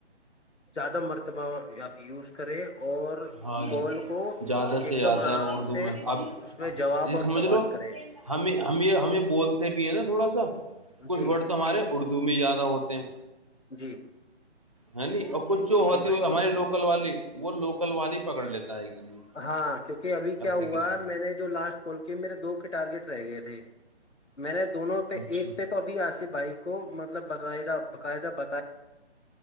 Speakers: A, on the left (about 85°); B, on the right (about 30°).
A: زیادہ مرتبہ آپ یوز کریں اور
B: ہاں
A: کال کو
B: زیادہ
A: ایک
B: سے زیادہ
A: دم آرام
B: اردو
A: سے
B: میں اب
A: اس میں جواب
B: یہ سمجھ
A: اور سوال
B: لو
A: کریں
B: ہم ہم ہم یہ بولتے بھی ہیں نا تھوڑا سا کچھ
A: جی
B: ورڈ تو ہمارے اردو میں ہی زیادہ ہوتے ہیں
A: جی
B: ہ ن <unintelligible> کچھ چ ہوتی
A: جی بھائی
B: ہوئی
A: جان
B: ہماری روکل والی وہ لوکل وانی پکڑ لیتا ہے ایک دم
A: ہاں کیونکہ ابھی کیا
B: اپلیکیشن
A: ہوا میں نے جو لاسٹ کال کی میرے دو کے ٹارگیٹ رہ گئے تھے میں نے دونوں پہ
B: اچھا
A: ایک پہ تو ابھی آص بھائی کو مطلب بتاا بقاعد ب